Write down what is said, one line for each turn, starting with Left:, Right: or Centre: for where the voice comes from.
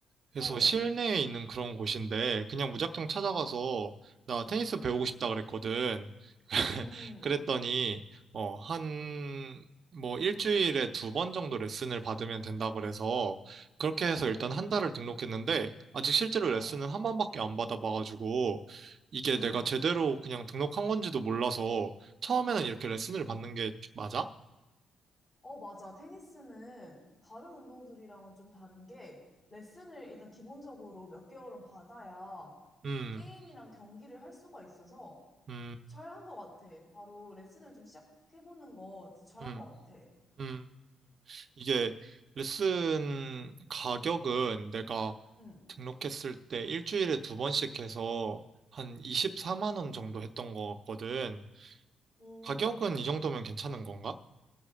Right: 그래서
Left: 어,
Right: 실내에 있는 그런 곳인데 그냥 무작정 찾아가서 나 테니스
Left: 응,
Right: 배우고 싶다 그랬거든. <laughs>
Left: 응, 응,
Right: 그랬더니 어, 한 뭐 일주일에 두 번 정도 레슨을 받으면 된다 그래서 그렇게 해서
Left: 어,
Right: 일단 한 달을 등록했는데 아직 실제로
Left: 어,
Right: 레슨은 한 번밖에 안 받아봐가지고 이게
Left: 응.
Right: 내가 제대로 그냥 등록한 건지도 몰라서 처음에는 이렇게 레슨을 받는 게 맞아?
Left: 어, 맞아. 테니스는 다른 운동들이랑은 좀 다른 게 레슨을 일단 기본적으로 몇 개월은 받아야
Right: 음,
Left: 게임이랑 경기를 할 수가 있어서
Right: 음,
Left: 잘한 것 같아. 바로 레슨을 좀 시작해보는 거 잘한
Right: 음.
Left: 것 같아.
Right: 음, 이게 레슨 가격은 내가
Left: 응.
Right: 등록했을 때 일주일에 두 번씩 해서 한 24만 원 정도 했던 것 같거든.
Left: 오,
Right: 가격은 이 정도면 괜찮은 건가?